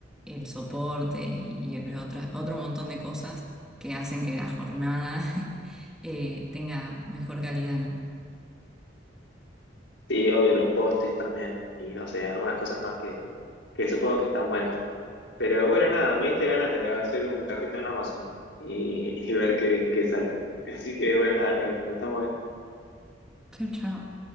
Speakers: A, in the centre; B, on the left (about 80°).
A: el soporte y, y otra, otro montón de cosas que hacen que la jornada <laughs> eh, tenga mejor calidad, ¿no?
B: Sí, obvio, los post-its también, y no sé, algunas cosas más que, que supongo que están buenas. Pero bueno, nada, me diste ganas de hacer un carrito en Amazon y, y ver qué, qué sale. Así que bueno, nada, Cami, nos estamos viendo.
A: Chao, chao.